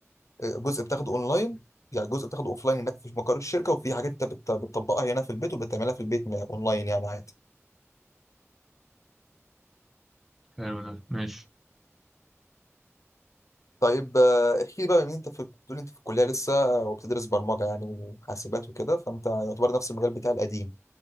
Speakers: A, on the left; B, in the centre.
A: آه، جزء بتاخده اونلاين يعني جزء بتاخده اوفلاين هناك في مقر الشركه وفي حاجات انت بت- بتطبقها هنا في البيت وبتعملها في البيت م- اونلاين يعني عادي
B: حلو ده ماشي
A: طيب آه، احكي لي بقى من انت في بتقول انت في الكليه لسه وبتدرس برمجه يعني وحاسبات وكده فانت يعتبر نفس المجال بتاع القديم